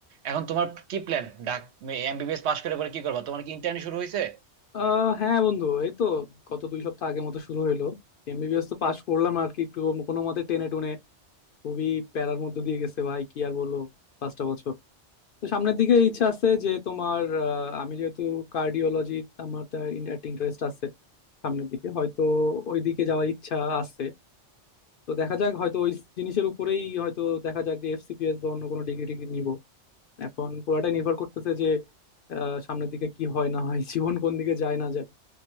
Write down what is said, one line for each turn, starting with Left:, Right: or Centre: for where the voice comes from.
Right: এখন তোমার কি প্ল্যান ডাক এমবিবিএস পাশ করে পরে কি করবা তোমার কি ইন্টার্নি শুরু হয়েছে
Left: আহ হ্যাঁ বন্ধু এই তো গত দুই সপ্তাহ আগের মতো শুরু হলো এমবিবিএস তো পাশ করলাম আর কি একটু কোনো মতে টেনে টুনে খুবই প্যারার মধ্যে দিয়ে গেছে ভাই কি আর বলবো পাঁচটা বছর তো সামনের দিকে ইচ্ছা আছে যে তোমার আহ, আমি যেহেতু কার্ডিওলজি আমার তার ইন- একটা ইন্টারেস্ট আছে সামনের দিকে হয়তো ওই দিকে যাওয়ার ইচ্ছা আছে তো দেখা যাক হয়তো ওই জিনিসের উপরেই হয়তো দেখা যাক যে এফসিপিএস বা অন্য কোনো ডিগ্রি টিগ্রি নিবো এখন পুরাটাই নির্ভর করতেছে যে আহ, সামনের দিকে কি হয় না হয় <laughs> জীবন কোন দিকে যায় না যায়